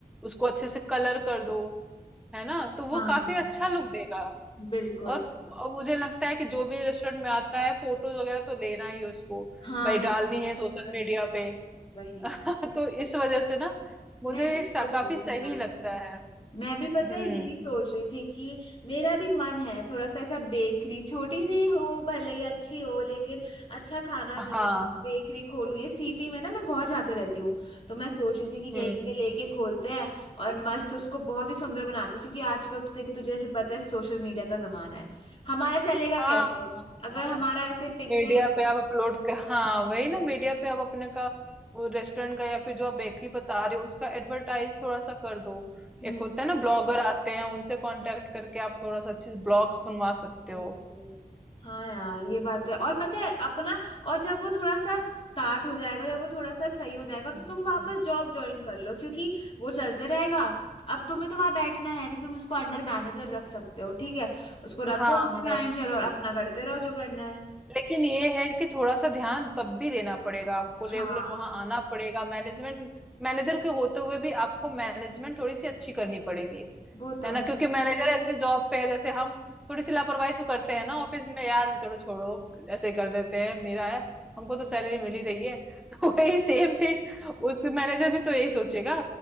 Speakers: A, in the centre; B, on the left.
A: उसको अच्छे से कलर कर दो है ना तो वो
B: हाँ
A: काफी अच्छा लुक देगा
B: बिल्कुल
A: और, और मुझे लगता है कि जो भी रेस्टोरेंट में आता है फोटोज वगैरह तो लेना ही उसको
B: हाँ
A: भाई
B: हाँ
A: डालनी
B: हाँ,
A: है सोशल
B: वही
A: मीडिया पे
B: वही
A: <laughs> तो इस वजह से ना मुझे
B: मैं भी
A: ये
B: सोच
A: सा- काफी
B: रही थी
A: सही लगता है
B: मैं भी
A: हम्म
B: पता है यही सोच रही थी कि मेरा भी मन है थोड़ा सा ऐसा बेकरी छोटी सी हो भले ही अच्छी हो लेकिन अच्छा खाना
A: हाँ
B: मिले
A: हाँ
B: बेकरी खोलूं ये सीपी में ना मैं बहुत जाते रहती हूँ तो मैं सोच रही थी कि
A: हम्म
B: यहीं पे लेके खोलते हैं और मस्त उसको बहुत ही सुंदर बनाते हैं क्योंकि आजकल तो देखो तुझे जैसे पता है सोशल मीडिया का जमाना है हमारा चलेगा
A: हाँ
B: कैसे
A: हाँ
B: अगर
A: हाँ
B: हमारा ऐसे पिक्चर
A: मीडिया पे आप अपलोड कर हाँ वही ना मीडिया पे आप अपने का वो रेस्टोरेंट का या फिर जो आप बेकरी बता रहे हो उसका एडवर्टाइज थोड़ा सा कर दो
B: हम्म
A: एक होता है ना ब्लॉगर आते हैं उनसे कांटेक्ट करके आप थोड़ा सा अच्छे से ब्लॉग्स बनवा सकते
B: बिल्कुल।
A: हो
B: हाँ यार ये बात तो है और पता है अपना और जब वो थोड़ा सा स्टार्ट हो जाएगा या वो थोड़ा सा सही हो जाएगा
A: हम्म,
B: तो तुम वापस
A: हम्म।
B: जॉब ज्वाइन कर लो क्योंकि वो चलते रहेगा अब तुम्हें तो वहां बैठना है नहीं तुम उसको अंडर मैनेजर रख सकते हो ठीक है उसको रख
A: हाँ
B: दो अंडर
A: हाँ रख
B: मैनेजर
A: सकते
B: और
A: हो
B: अपना करते रहो जो करना है
A: लेकिन ये है कि थोड़ा सा ध्यान तब भी देना पड़ेगा आपको रेगुलर
B: हाँ
A: वहां आना पड़ेगा मैनेजमेंट मैनेजर के होते हुए भी आपको मैनेजमेंट थोड़ी सी अच्छी करनी पड़ेगी
B: वो तो
A: है ना
B: है
A: क्योंकि मैनेजर ऐसे जॉब पे है जैसे हम थोड़ी सी लापरवाही तो करते हैं ना ऑफिस में यार चलो छोड़ो ऐसे ही कर देते हैं मेरा है हमको तो सैलरी मिल ही रही है <laughs> तो वही सेम थिंग उस मैनेजर भी तो यही सोचेगा